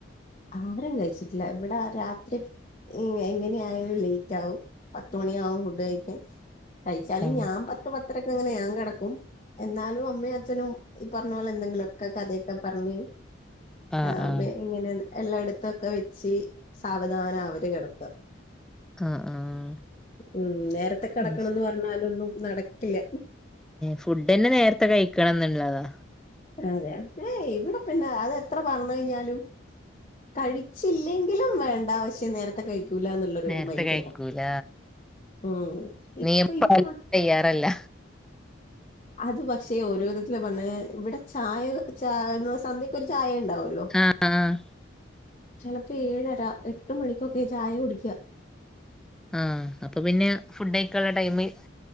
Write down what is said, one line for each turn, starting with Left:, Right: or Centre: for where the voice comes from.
Left: ആരും കഴിച്ചിട്ടില്ല. ഇവടെ രാത്രി. ഈഹ് എങ്ങനെയായാലും ലേറ്റ് ആവും. പത്തുമണിയാവും ഫുഡ് കയിക്കാൻ. കയിച്ചാലും
Centre: ആഹ്
Left: ഞാൻ പത്ത് പത്തരക്കങ്ങനെ ഞാൻ കെടക്കും. എന്നാലും അമ്മയും അച്ഛനും ഈ പറഞ്ഞ പോലെ എന്തെങ്കിലൊക്കെ കഥയൊക്കെ പറഞ്ഞ്.
Centre: ആഹ്
Left: ആ
Centre: ആഹ്
Left: ഇങ്ങനെ എല്ലായിടത്തു ഒക്കെ വെച്ച് സാവധാന അവര് കെടക്ക.
Centre: ആഹ് ആഹ്
Left: ഉം നേരത്തെ കെടക്കണംന്ന്
Centre: അയ്ശ്
Left: പറഞ്ഞാലൊന്നും നടക്കില്ല.
Centre: ഫുഡ് തന്നെ നേരത്തെ കഴിക്കണം എന്ന് ഉള്ളതാ
Left: അതെ ഏയ് ഇവിടെ പിന്നെ അത് എത്ര പറഞ്ഞ് കഴിഞ്ഞാലും- കഴിച്ചില്ലെങ്കിലും വേണ്ട പക്ഷേ നേരത്തെ കഴി- കഴിക്കുലാന്നുള്ള ഒരു
Centre: നേരത്തെ
Left: മൈൻഡ്
Centre: കഴിക്കൂല
Left: സെറ്റാ ഉം ഇപ്പ
Centre: നിയമം
Left: ഇപ്പ.
Centre: പാലിക്കാൻ തയ്യാറല്ല.
Left: അത് പക്ഷെ ഓരോ വിധത്തില് പറഞ്ഞ് ഇവിടെ ചായ ചായ സന്ധ്യക്കൊരു ചായയിണ്ടാവും ളു
Centre: ആഹ് ആഹ്
Left: <unintelligible> ചെലപ്പോ ഏഴര എട്ട് മണിക്കൊക്കെ ചായ കുടിക്ക
Centre: ആ അപ്പൊ പിന്നെ ഫുഡ്‌ കയിക്കാ നുള്ള ടൈമ്